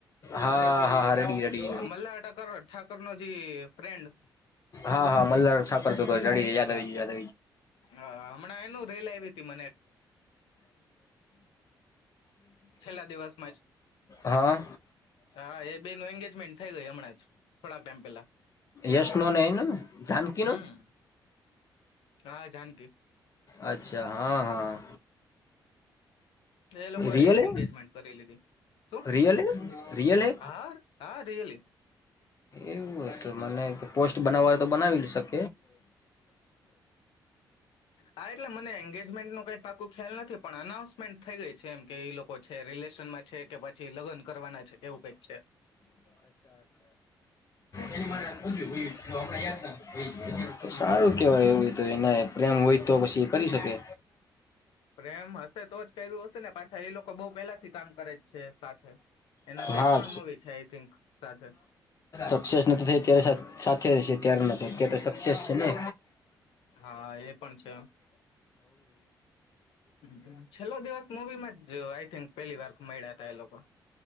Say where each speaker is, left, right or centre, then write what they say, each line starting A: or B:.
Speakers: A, on the left; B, on the left.
A: હા હા રેડી રેડી
B: એટલે મલ્હાર ઠાકર ઠાકરનો જે ફ્રેન્ડ
A: હા હા મલા સાપરડી યાદ યાદ
B: હ હમણાં એનું રેલ આવી મ છેલ્લા દિવસમાં
A: હા
B: હા એ બેનું એંગેજમેન્ટ થઈ ગઈ હમણાં જ થોડાક ટાઈમ પેલા
A: યશ નને એનો ને જાનકી
B: હમ
A: ન
B: હા જાનકી
A: અચ્છા હા હા
B: એ લોકોએ
A: રિયલ હે
B: એગેજમેન્ટ કરી લીધી શું
A: રિયલ હે રિયલ હે
B: હા હા રિયલી
A: એવું હો તો મને પોસ્ટ બનાવવા તો બનાવી શક
B: આ એટલે મને એંગેજમેન્ટ ન કઈ પાકું ખ્યાલ નથી પણ અનાઉન્સમેન્ટ થઈ ગઈ છે એમ કે એ લોકો છે રિલેશનમાં છે કે પછી લગ્ન કરવાના છે કેવું કઈક છે
A: એની મા પો્યું
B: હમ.
A: જો આપડા યાદ ત સારું કેવાય એવું પ્રેમ હોય તો પછી એ કરી શકે
B: પ્રેમ હશે તો જ કર્યું હશે ને પાછા એ લોકો બહ પહેલા થી કામ કરે જ છે સાથે એના બે
A: હા
B: ત્રણ મવી છે આઈ થિંક સાથે
A: સક્સેસ નતતો થ ત્યારે સાથે રહેશે ્યારે તો સક્સેસ છે ને
B: હા એ પણ છે હમ. છેલ્લો દિવસ મૂવીમાં જ આઈ થિંક પહેલી વાર મળ્યા હતા એ લોકો